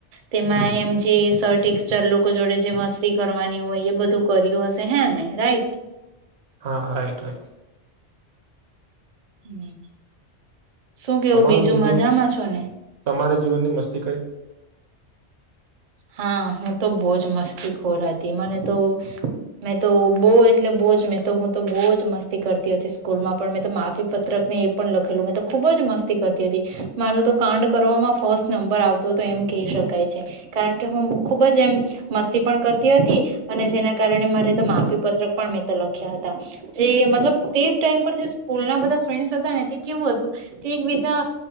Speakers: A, on the right (about 45°); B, on the right (about 70°).
A: તેમાં એમ જે સર ટીચર લોકો જોડે જે મસ્તી કરવાની હોય એ બધું કર્યું હશે હે ને રાઈટ
B: હા રાઈટ રાઈટ
A: હમ્મ શું કેવું
B: તમારું
A: બીજું
B: જીવન
A: મજામાં છો ને
B: તમારા જીવનની મસ્તી કઈ
A: હા હું તો બહુ જ મસ્તીખોર હતી મને તો મેં તો બહુ એટલે બહુ જ મેં તો હું તો બહુજ મસ્તી કરતી હતી સ્કૂલમાં પણ મેં માફી પત્રક ને એ પણ લખેલું મેં તો ખુબ જ મસ્તી કરતી હતી મારું તો કાંડ કરવામાં ફર્સ્ટ નંબર આવતો હતો એમ કહી શકાય છે કારણ કે હું ખુબ જ એમ મસ્તી પણ કરતી હતી અને જેના કારણે મારે તો માફી પત્રક પણ મેં તો લખ્યા હતા જે મતલબ તે ટાઇમ પર જે સ્કૂલ ના બધા ફેન્ડ હતા ને તે કેવું હતું તે એક બીજા